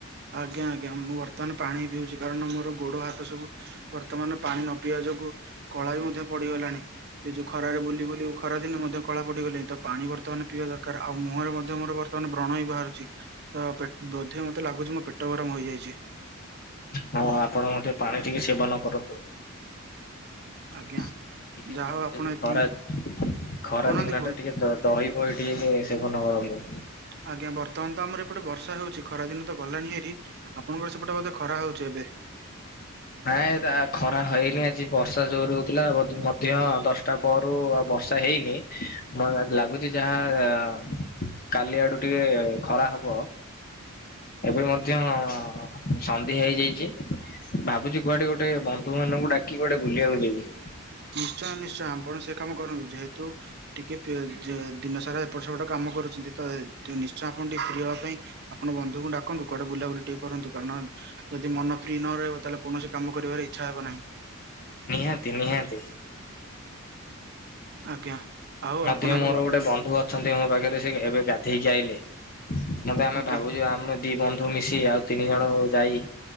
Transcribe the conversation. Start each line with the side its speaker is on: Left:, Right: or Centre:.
Right: ଆଜ୍ଞା ଆଜ୍ଞା ମୁଁ ବର୍ତ୍ତମାନ ପାଣି ପିଉଛି କାରଣ ମୋର ଗୋଡ ହାତ ସବୁ ବର୍ତ୍ତମାନ ପାଣି ନ ପିଇବା ଯୋଗୁ କଳା ବି ମଧ୍ୟ ପଡିଗଲାଣି ଏ ଯୋଉ ଖରାରେ ବୁଲି ବୁଲି ଖରାଦିନେ ମଧ୍ୟ କଳା ପଡିଗଲିଣି ତ ପାଣି ବର୍ତ୍ତମାନ ପିଇବା ଦରକାର ଆଉ ମୁହଁରେ ମଧ୍ୟ ବର୍ତ୍ତମାନ ବ୍ରଣ ହି ବାହାରୁଛି। ତ ପେ ବୋଧେ ମତେ ଲାଗୁଛି ମୋ ପେଟ ଗରମ ହେଇଯାଇଛି।
Left: ହଁ ଆପଣ ମଧ୍ୟ ପାଣି ଟିକେ ସେବନ କରନ୍ତୁ।
Right: ଆଜ୍ଞା
Left: ଟିକେ
Right: ଯାହା
Left: ହଉ
Right: ଆପଣ
Left: ଯଦି
Right: ଏତିକି
Left: ଖରା ଖରା
Right: କହୁନାହାନ୍ତି
Left: ଦିନ
Right: କୁହନ୍ତୁ
Left: ଟା ଟିକେ ଦର ଦହି ପହି ଟିକେ ଭଲ ହବ।
Right: ଆଜ୍ଞା ବର୍ତ୍ତମାନ ତ ଆମର ଏପଟେ ବର୍ଷା ହଉଛି ଖରା ଦିନ ତ ଗଲାଣି ଏଠି। ଆପଣଙ୍କର ସେପଟେ ବୋଧେ ଖରା ହଉଛି ଏବେ।
Left: ନାଇଁ ଏ ତା ଖରା ହେଇନି ଆଜି ବର୍ଷା ଜୋରେ ହଉଥିଲା ମଧ୍ୟ ଦଶଟା ପରୁ ଆଉ ବର୍ଷା ହେଇନି ମ ଲାଗୁଛି ଯାହା କାଲି ଆଡୁ ଟିକେ ଖରା ହବ ଏବେ ମଧ୍ୟ ସନ୍ଧ୍ୟା ହେଇଯାଇଛି ଭାବୁଛି କୁଆଡେ ଗୋଟେ ବନ୍ଧୁ ବାନ୍ଧବଙ୍କୁ ଡାକି କୁଆଡେ ବୁଲିଆକୁ ଯିବି।
Right: ନିଶ୍ଚୟ ନିଶ୍ଚୟ ଆପଣ ସେ କାମ କରନ୍ତୁ ଯେହେତୁ ଟିକେ ଦିନସାରା ଏପଟ ସେପଟ କାମ କରୁଛନ୍ତି ତ ନିଶ୍ଚୟ ଆପଣ ଟିକେ ଫ୍ରି ହବା ପାଇଁ ଆପଣ ବନ୍ଧୁଙ୍କୁ ଡାକନ୍ତୁ କୁଆଡ଼େ ବୁଲାବୁଲି ଟିକେ କରନ୍ତୁ କାରଣ ଯଦି ମନ ଫ୍ରି ନ ରହିବ ତାହେଲେ କୌଣସି କାମ କରିବାରେ ଇଚ୍ଛା ହେବ ନାହିଁ।
Left: ନିହାତି ନିହାତି।
Right: ଆଜ୍ଞା। ଆଉ
Left: ମଧ୍ୟ
Right: ଆପଣ ଏବେ
Left: ମୋର
Right: ବ
Left: ଗୋଟେ ବନ୍ଧୁ ଅଛନ୍ତି ମୋ ପାଖରେ ସେ ଏବେ ଗାଧେଇକି ଆଇଲେ। ମତେ ଆମେ
Right: ଆଜ୍ଞା
Left: ଭାବୁଛୁ ଆମେ ଦି ବନ୍ଧୁ ମିଶି ଆଉ ତିନି ଜଣ ଯାଇ